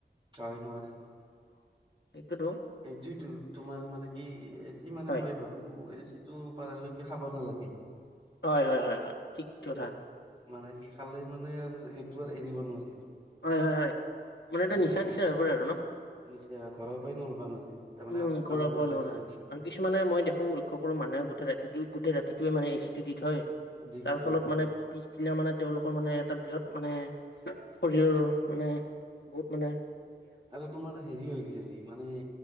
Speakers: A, on the right; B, on the left.
A: হয় নোৱাৰে নোৱাৰে।
B: এইটোতো।
A: এইটোইতো তোমাৰ মানে কি এ কি মানে
B: হয়
A: মই ভাবো এই যিটো পাৰালৈকে খাব নালাগে।
B: হয় হয় হয় হয়, ঠিক কথা।
A: মানে কি, খালেই মানে আৰু সেইটো আৰু এৰিব নোৱাৰিবা।
B: হয় হয় হয় মানে
A: <unintelligible>
B: এটা নিচা নিচা হৈ পৰে আৰু ন
A: ঘৰৰ পাই ল'ল তাৰমানে আকৌ
B: উম,
A: কাম
B: ঘৰৰ
A: কৰিব
B: পৰা লোৱা
A: ইচ্ছা
B: নাই
A: নাছিল
B: আৰু কিছুমানে মই দেখোঁ লক্ষ্য কৰো মানুহে গোটেই ৰাতিটো গোট ৰাতিতোৱে মানে এ চিটো দি থয়,
A: দি থৈ
B: যাৰ
A: দিয়ে
B: ফলত মানে পিছদিনা মানে তেওঁলোকৰ মানে এটা বৃহৎ মানে, শৰীৰৰ মানে, বহুত মানে
A: আৰু তোমাৰ হেৰি হৈ গৈছে নেকি, মানে